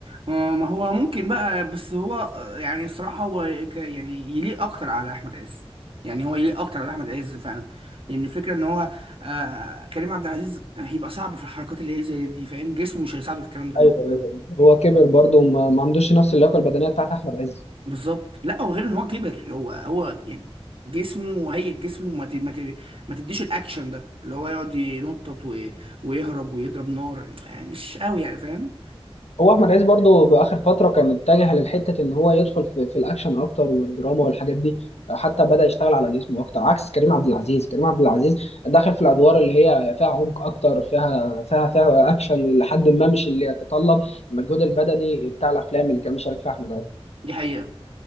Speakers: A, on the right; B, on the left.
A: ما ما هو ممكن بقى بس هو آه، يعني الصراحة هو ك... يعني يليق أكتر على أحمد عز يعني هو يليق أكتر على أحمد عز فعلا لأن الفكرة إن هو آه كريم عبد العزيز هيبقى صعب في الحركات اللي هي زي دي فاهم جسمه مش هيساعده في الكلام ده
B: أيوه هو كبر برضه وما ما عندوش نفس اللياقة البدنية بتاعت أحمد عز
A: بالظبط لا وغير ان هو كبر هو هو يعني جسمه هيئة جسمه ما ت- ما ت- ما تديش الاكشن ده اللي هو يقعد ينطط و- ويهرب ويضرب نار يعني مش قوي يعني فاهم
B: هو احمد عز برضه باخر فتره كان اتجه للحته ان هو يدخل في, في الاكشن اكتر والدراما والحاجات دي حتى بدا يشتغل على جسمه اكتر عكس كريم عبد العزيز كريم عبد العزيز دخل في الادوار اللي هي فيها عمق اكتر فيها فيها فيها اكشن لحد ما مش اللي يتطلب المجهود البدني بتاع الافلام اللي كان مشارك فيها احمد عز
A: دي حقيقة